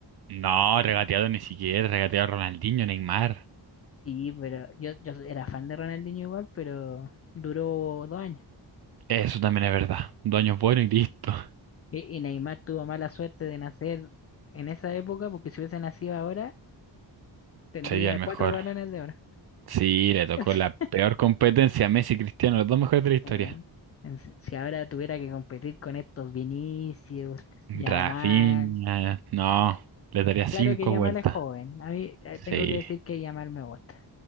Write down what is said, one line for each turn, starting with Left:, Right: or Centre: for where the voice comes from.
Right: No, regateado ni siquiera, regateado Ronaldinho, Neymar.
Left: Sí, pero yo, yo era fan de Ronaldinho igual, pero duró dos años.
Right: Eso también es verdad. Dos es bueno y listo.
Left: Y, y Neymar tuvo mala suerte de nacer en esa época, porque si hubiese nacido ahora, tendría
Right: Sería el mejor.
Left: cuatro balones de oro.
Right: Sí, le tocó
Left: <laughs>
Right: la peor competencia a Messi y Cristiano, los dos mejores de la historia.
Left: Eh, en si si ahora tuviera que competir con estos Vinicius, Yamal.
Right: Rafinha, no, le daría cinco
Left: Claro que Yamal
Right: vueltas.
Left: es joven. A mí eh,
Right: Sí,
Left: tengo que decir que Yamal me gusta.